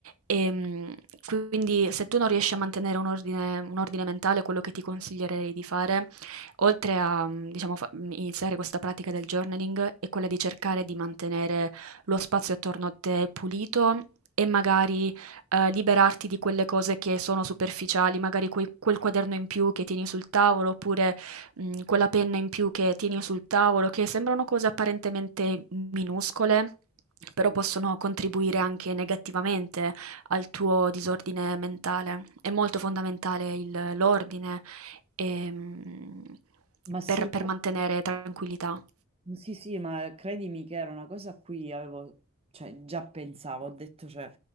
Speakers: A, on the right; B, on the right.
A: e mh, quindi se tu non riesci a mantenere un ordine, un ordine mentale, quello che ti consiglierei di fare, oltre a, mh, diciamo, fa- mh, iniziare questa pratica del journaling, è quella di cercare di mantenere lo spazio attorno a te pulito. E magari eh, liberarti di quelle cose che sono superficiali, magari quei- quel quaderno in più che tieni sul tavolo, oppure Mhmm, quella penna in più che tieni sul tavolo, che sembrano cose apparentemente minuscole,
B: Sì.
A: però
B: sì.
A: possono contribuire anche negativamente al tuo disordine mentale. È molto fondamentale il l'ordine, ehm,
B: Ma sì,
A: per per mantenere tranquillità.
B: Sì, sì, ma credimi che era una cosa a cui avevo, cioè, già pensavo, ho detto, cioè,